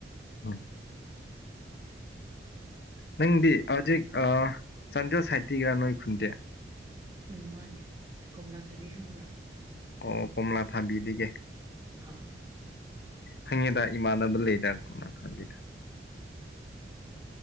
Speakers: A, on the left; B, on the right.
A: ꯎ ꯅꯪꯗꯤ ꯍꯧꯖꯤꯛ ꯑ ꯆꯥꯟꯗ꯭ꯔ ꯁꯥꯏꯇꯤꯒꯔꯥ ꯅꯣꯏ ꯈꯨꯗꯦ
B: ꯎꯝ ꯃꯥꯅꯦ ꯀꯣꯝꯂꯥ ꯊꯥꯕꯤ ꯈꯪꯕ꯭ꯔꯥ
A: ꯑꯣ ꯀꯃꯂꯥ ꯊꯥꯕꯤꯗꯤꯒꯦ
B: ꯑꯥ
A: ꯍꯪꯉꯦꯗ ꯏꯃꯥꯟꯅꯕ ꯂꯩꯗ ꯀꯅ ꯈꯜꯂꯤꯗ